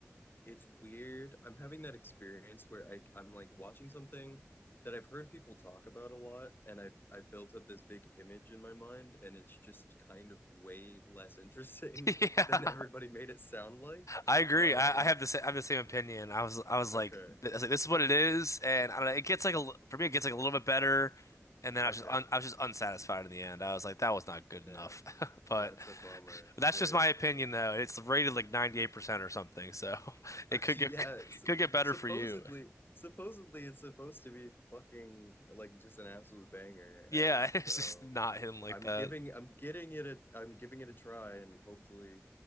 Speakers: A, on the left (about 45°); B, on the left (about 80°).
A: it's weird. I'm having that experience where I I'm like watching something that I've heard people talk about a lot, and I've I've built up this big image in my mind, and it's just kind of way less interesting
B: <laughs> Yeah.
A: <laughs> than everybody made it sound like.
B: I agree.
A: Um,
B: I, I have the same, I have the same opinion. I was I was
A: okay,
B: like I was like this is what it is, and I don't know. It gets like a l- for me, it gets like a little bit better, and then I
A: okay,
B: was just un, I was just unsatisfied in the end. I was like that was not good
A: damn,
B: enough, <laughs> but
A: that's a bummer. Shit.
B: that's just my opinion though. It's rated like 98% or something, so <laughs> it
A: <laughs>
B: could
A: Yes.
B: get could get better
A: Supposedly,
B: for you.
A: supposedly it's supposed to be fucking like just an absolute banger,
B: Yeah,
A: and so
B: <laughs> it's just not hidden like
A: I'm
B: that.
A: giving, I'm getting it a, I'm giving it a try, and hopefully,